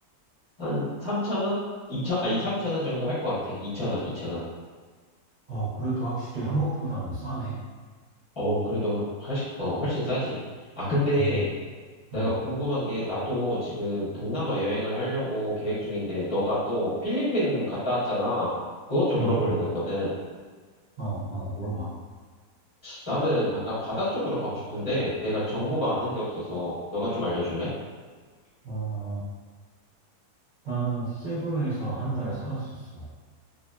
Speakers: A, on the left; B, on the right.
A: 한 3천 원? 2천 아, 이 3천 원 정도 할 것 같아. 2천 원, 2천 원.
B: 어, 그래도 확실히 한국보다는 싸네.
A: 어, 그래도 훨씬 어, 훨씬 싸지. 아, 근데
B: 음,
A: 내가
B: 음,
A: 궁금한 게 나도 지금 동남아 여행을 하려고 계획 중인데 너가 또 필리핀 갔다 왔잖아. 그것 좀
B: 음,
A: 물어보려고
B: 음.
A: 했거든.
B: 어, 어, 물어봐.
A: 나는 약간 바다 쪽으로 가고 싶은데 내가 정보가 아는 게 없어서 너가 좀 알려줄래?
B: 어, 나는 세부에서 한 달 살았었어.